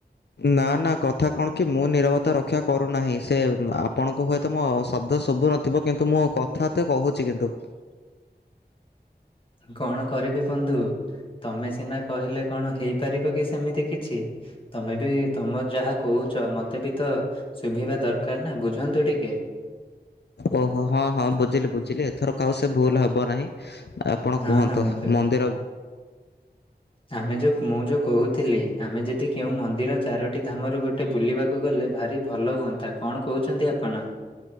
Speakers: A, on the left; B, on the left.
A: ନା ନା କଥା କଣ କି ମୁଁ ନିରବତା ରକ୍ଷା କରୁନାହିଁ ସେ ଆପଣଙ୍କୁ ହୁଏତ ମୋ ଶବ୍ଦ ଶୁଭୁ ନଥିବ କିନ୍ତୁ ମୁଁ କଥା ତେ କହୁଛି କିନ୍ତୁ।
B: <inaudible> କଣ କରିବି ବନ୍ଧୁ ତମେ ସିନା କହିଲେ କଣ ହେଇପାରିବ କି ସେମିତି କିଛି। ତମେ ବି ତମ ଯାହା କହୁଛ ମତେ ବି ତ ଶୁଭିବା ଦରକାର ନା ବୁଝନ୍ତୁ ଟିକେ। <inaudible>
A: ଓହୋ ହଁ ହଁ ବୁଝିଲି ବୁଝିଲି ଏଥର କ ଆଉ ସେ ଭୁଲ ହେବ ନାହିଁ। ଆପଣ
B: ହଁ
A: କୁହନ୍ତୁ
B: ହଁ ବନ୍ଧୁ
A: ମନ୍ଦିର
B: ଆମେ ଯୋଉ ମୁଁ ଯେଉଁ କହୁଥିଲି ଆମେ ଯଦି କେଉଁ ମନ୍ଦିର ଚାରୋଟି ଧାମରୁ ଗୋଟେ ବୁଲିବାକୁ ଗଲେ ଭାରି ଭଲ ହୁଅନ୍ତା କଣ କହୁଛନ୍ତି ଆପଣ?